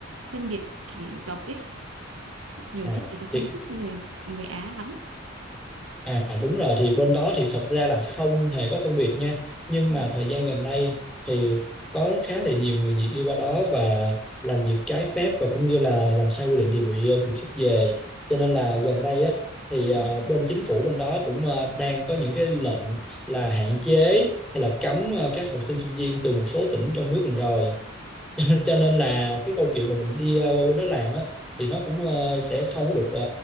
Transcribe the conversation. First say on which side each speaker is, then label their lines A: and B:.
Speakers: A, on the right; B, in the centre.
A: phân biệt chủng tộc ấy, nhiều
B: À,
A: khi người ta không
B: thì
A: thích người người Á lắm.
B: À đúng rồi thì bên đó thì thật ra là không hề có phân biệt nha nhưng
A: Ừ.
B: mà thời gian gần đây thì có khá là nhiều người Việt đi qua đó và làm việc trái phép và cũng như là làm sai quy định thì bị ờ, trục xuất về cho nên là gần đây á thì ờ, bên chính phủ bên đó cũng ờ, đang có những cái lệnh là hạn chế hay là cấm ờ, các học sinh sinh viên từ một số tỉnh trong nước mình rồi <laughs> cho nên là cái câu chuyện mà mình đi ờ, qua bên đó làm á thì nó cũng ờ, sẽ không có được ờ,